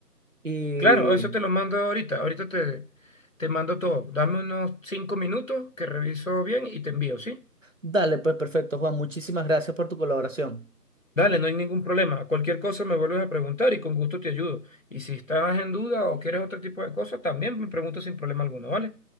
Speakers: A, on the right; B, on the left.
A: Y
B: Claro, eso te lo mando ahorita. Ahorita te, te mando todo. Dame unos cinco minutos que reviso bien y te envío, ¿sí?
A: dale, pues perfecto, Juan. Muchísimas gracias por tu colaboración.
B: Dale, no hay ningún problema. Cualquier cosa me vuelves a preguntar y con gusto te ayudo. Y si estás en duda o quieres otro tipo de cosas, también me preguntas sin problema alguno, ¿vale?